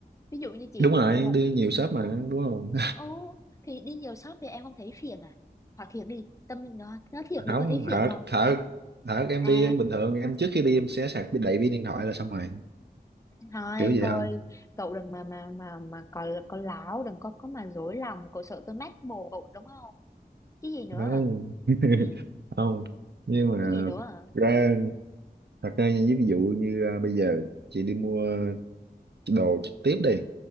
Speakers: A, on the left; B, on the right.
A: ví dụ như chị
B: đúng rồi
A: một
B: đi nhiều shop mà đúng không
A: ô thì đi nhiều shop thì em không thấy phiền à hỏi thiệt đi tâm nó nó thiệt
B: <laughs>
A: đi
B: không
A: có thấy phiền
B: thật
A: không
B: thật thật em
A: à
B: đi em bình thường em trước khi đi em sẽ sạc đầy pin điện thoại là xong rồi
A: thôi
B: kiểu vậy
A: thôi
B: thôi
A: cậu đừng mà mà mà mà có có láo đừng có có mà dối lòng cậu sợ tôi mách bồ cậu đúng không cái gì nữa
B: không
A: hả
B: <laughs>
A: ừ
B: không nhưng
A: <laughs>
B: mà
A: cái gì nữa
B: thật
A: hả
B: ra thật ra như ví dụ như à, bây giờ chị đi mua đồ trực tiếp đi